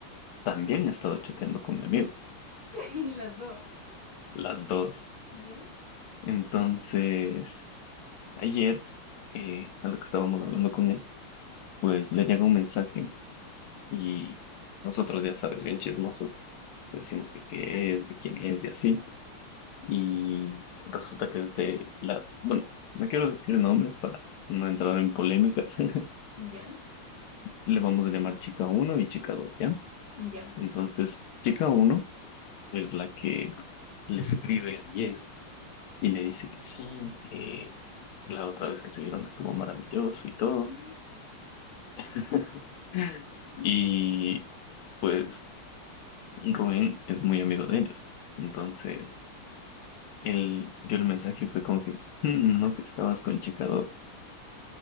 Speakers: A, on the left (about 75°); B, on the left (about 60°).
A: también ha estado chateando con mi amigo,
B: <laughs> Y las dos.
A: las dos.
B: Ya,
A: Entonces... Ayer, eh, a lo que estábamos hablando con él, pues le llega un mensaje y nosotros, ya sabes, bien chismosos, decimos que qué es, de quién es, de así. Y resulta que es de la, bueno, no quiero decir nombres para no entrar en polémicas. <laughs>
B: ya,
A: Le vamos a llamar chica uno y chica dos ¿ya?
B: ya.
A: Entonces, chica uno es la que le escribe ayer y le dice que sí, que la otra vez que se vieron estuvo maravilloso y todo
B: Ya,
A: <laughs> Y pues Rubén es muy amigo de ellos. Entonces, él vio el mensaje y fue como que, "Mm, no, que estabas con chica 2.